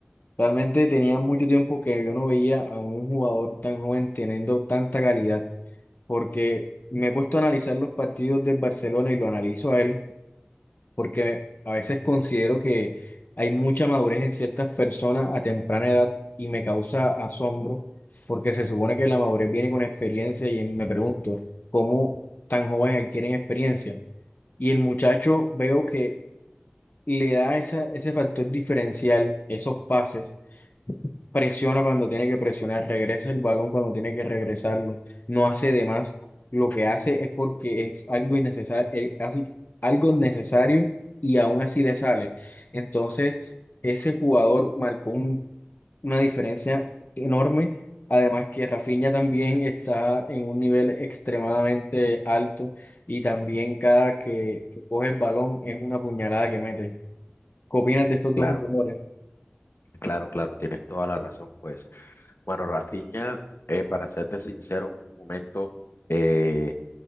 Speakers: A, on the left; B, on the left.
A: Realmente tenía mucho tiempo que yo no veía a un jugador tan joven teniendo tanta calidad, porque me he puesto a analizar los partidos del Barcelona y lo analizo a él porque a veces considero que hay mucha madurez en ciertas personas a temprana edad y me causa asombro, porque se supone que la madurez viene con experiencia y me pregunto, ¿cómo tan joven adquieren experiencia? Y el muchacho veo que le da esa, ese factor diferencial, esos pases presiona cuando tiene que presionar, regresa el balón cuando tiene que regresarlo, no hace de más. Lo que hace es porque es algo innecesario, algo necesario y aún así le sale. Entonces, ese jugador marcó un- una diferencia enorme. Además que Rafinha también está en un nivel extremadamente alto y también cada que, que coge el balón es una puñalada que mete. ¿Qué opinas de estos
B: Claro.
A: dos jugadores?
B: Claro, claro, tienes toda la razón, pues. Bueno, Rafinha, eh, para serte sincero, hubo un momento eh,